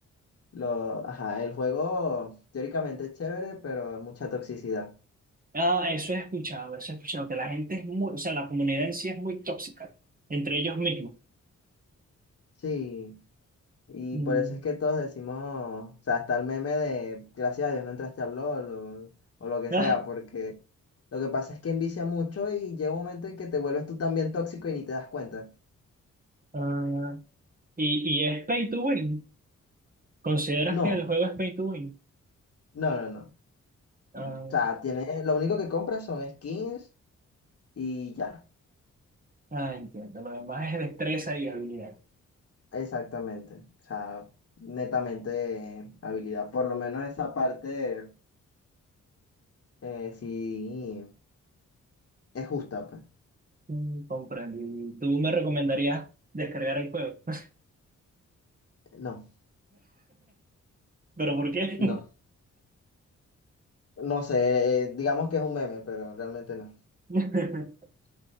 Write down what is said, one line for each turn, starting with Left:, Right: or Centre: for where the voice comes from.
Left: lo, ajá, el juego teóricamente es chévere, pero mucha toxicidad.
Right: Ah, eso he escuchado, eso he escuchado, que la gente es muy, o sea, la comunidad en sí es muy tóxica entre ellos mismos.
Left: Sí. Y
Right: Mm,
Left: por eso es que todos decimos, o sea, está el meme de gracias a Dios no entraste al LOL o, o lo que
Right: ah,
Left: sea, porque lo que pasa es que envicia mucho y llega un momento en que te vuelves tú también tóxico y ni te das cuenta.
Right: ah, y, y es pay to win. ¿Consideras
Left: No,
Right: que el juego es pay to win?
Left: no, no, no.
Right: Ah,
Left: O sea, tiene, lo único que compras son skins y ya,
Right: ah, entiendo, lo demás es destreza y habilidad.
Left: exactamente. O sea, netamente eh, habilidad. Por lo menos esa parte eh, sí es justa, pues.
Right: Mm, comprendo. ¿Y tú me recomendarías descargar el juego? <laughs>
Left: No,
Right: ¿Pero por qué?
Left: no. No sé, eh, digamos que es un meme, pero realmente no.
Right: <laughs>